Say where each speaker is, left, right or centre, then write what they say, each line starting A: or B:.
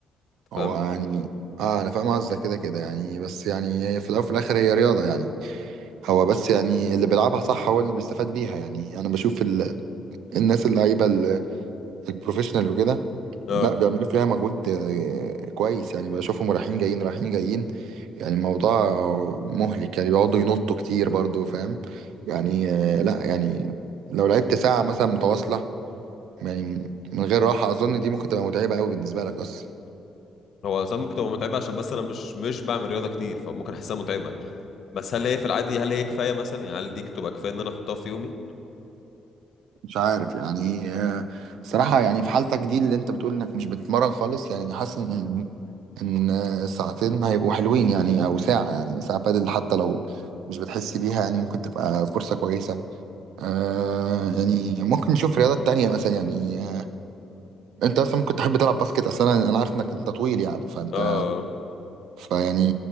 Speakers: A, on the left (about 60°); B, on the right (about 85°).
A: فاهم
B: هو يعني اه انا فاهم قصدك كده كده يعني بس يعني هي في الاول وفي الاخر هي رياضه يعني هو بس يعني اللي بيلعبها صح هو اللي بيستفاد بيها يعني انا بشوف الناس اللعيبه ال- البروفيشنال وكده
A: اه
B: لا بيعملوا فيها مجهود آه، كويس يعني بشوفهم رايحين جايين رايحين جايين يعني الموضوع مهلك يعني بيقعدوا ينطوا كتير برضو فاهم يعني آه، لا يعني لو لعبت ساعة مثلا متواصلة يعني من غير راحة أظن دي ممكن تبقى متعبة قوي بالنسبة لك أصلا
A: هو ساعات ممكن تبقى متعبة عشان بس انا مش مش بعمل رياضة كتير فممكن احسها متعبة بس هل هي في العادي هل هي كفاية مثلا يعني هل دي تبقى كفاية ان انا احطها في يومي
B: مش عارف يعني آه، صراحة يعني في حالتك دي اللي أنت بتقول إنك مش بتتمرن خالص يعني حاسس إن ان ساعتين هيبقوا حلوين يعني او ساعة يعني ساعة بادل حتى لو مش بتحسي بيها يعني ممكن تبقى فرصة كويسة آه يعني ممكن نشوف رياضة تانية مثلا يعني آه، انت مثلا ممكن تحب تلعب باسكت اصلا انا أنا عارف انك انت طويل يعني فانت
A: اه
B: فيعني